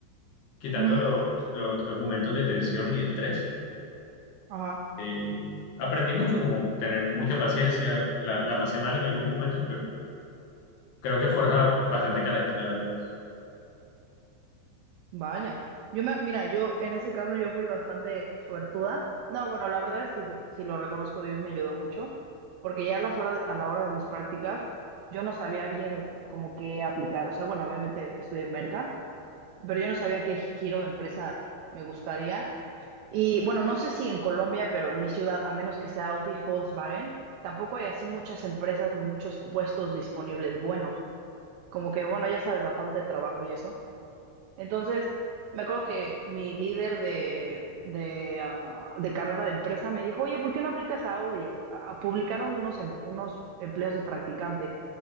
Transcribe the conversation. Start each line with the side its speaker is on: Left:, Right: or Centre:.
Left: quitando
Right: ujú,
Left: lo- lo- los momentos de tensión y estrés.
Right: Ajá.
Left: eh, aprendí mucho, como tener mucha paciencia. La, la pasé mal en algunos momentos, pero creo que forja bastante carácter, la verdad.
Right: Vaya, yo me, mira, yo en ese caso yo fui bastante suertuda. No, bueno, la verdad es que si, si lo reconozco, Dios me ayudó mucho, porque ya a las horas, a la hora de mis prácticas, yo no sabía bien como qué aplicar. O sea, bueno, obviamente estudié en Merca, pero yo no sabía qué giro de empresa me gustaría. Y bueno, no sé si en Colombia, pero en mi ciudad, a menos que sea Audi y Volkswagen, tampoco hay así muchas empresas ni muchos puestos disponibles buenos. Como que, bueno, ya sabes, la falta de trabajo y eso. Entonces, me acuerdo que mi líder de, de, ah, de carrera de empresa me dijo, oye, ¿por qué no aplicas a Audi? Ah, publicaron unos, em- unos empleos de practicante.